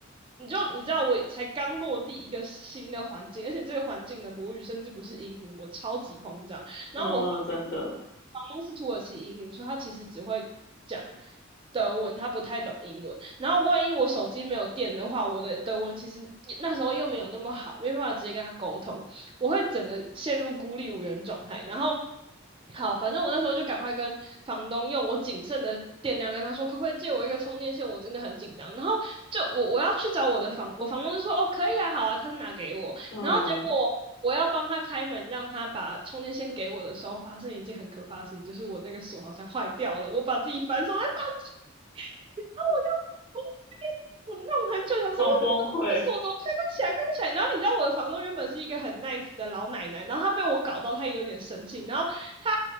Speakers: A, on the right (about 25°); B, on the left (about 50°).
A: 你就你知道我才刚落地一个新的环境，而且这个环境的母语甚至不是英文，我超级慌张。然后我房
B: 嗯，真的，
A: 房东是土耳其移民，所以他其实只会讲德文，他不太懂英文。然后万一我手机没有电的话，我的德文其实那时候又没有那么好，没办法直接跟他沟通，我会整个陷入孤立无援状态。然后好，反正我那时候就赶快跟房东用我仅剩的电量跟他说，可不可以借我一个充电线？我真的很紧张。然后就我我要去找我的房，我房东就说哦可以啊，好啊，他就拿给我。
B: 嗯，
A: 然后结果我要帮他开门，让他把充电线给我的时候，发生一件很可怕的事情，就是我那个锁好像坏掉了，我把自己反锁在房间。然后我就我就这边我弄很久，想说我我这个锁怎么开不起来，
B: 超崩溃。
A: 开不起来。然后你知道我的房东原本是一个很 nice 的老奶奶，然后她被我搞到，她也有点生气。然后她